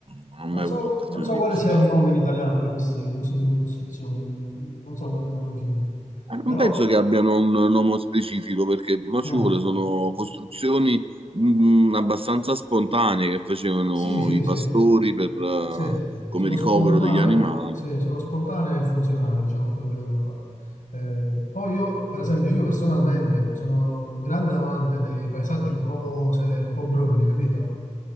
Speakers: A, on the right; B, on the left.
A: non ho mai
B: Non so,
A: avuto occasione
B: non so
A: di
B: quale
A: visitarle.
B: sia il nome in italiano di, questi- di questo tipo di costruzioni, mm, non so come vengono definite,
A: Eh, Non
B: però
A: penso che abbiano un nome specifico perché non
B: ah,
A: ci vuole, sono costruzioni mh, abbastanza spontanee che facevano
B: sì, sì,
A: i
B: sì,
A: pastori per, eh,
B: sì,
A: come
B: sono
A: ricovero
B: spontanee,
A: degli animali.
B: sì, sono spontanee e funzionali, diciamo, a quello che devono fare. Eh, poi io, per esempio, io personalmente sono un grande amante dei paesaggi un po' severi, un po' brulli, capito?